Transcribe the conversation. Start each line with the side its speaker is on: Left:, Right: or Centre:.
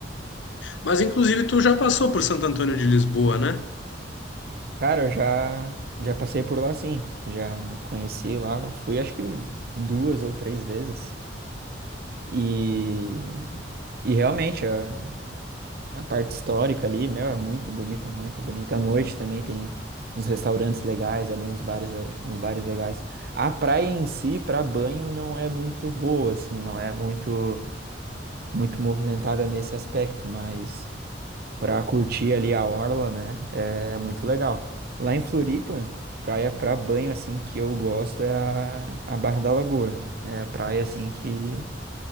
Left: Mas inclusive tu já passou por Santo Antônio de Lisboa, né?
Right: Cara, eu já, já passei por lá sim. Já conheci lá. Fui acho que duas ou três vezes. E, e realmente a, a parte histórica ali, meu, é muito bonita, muito bonita. À noite também tem uns restaurantes legais ali, uns bares, le- uns bares legais. A praia em si, para banho, não é muito boa, assim, não é muito, muito movimentada nesse aspecto, mas para curtir ali a orla, né? É, é muito legal. Lá em Floripa, praia para banho assim que eu gosto é a, a Barra da Lagoa. É a praia assim que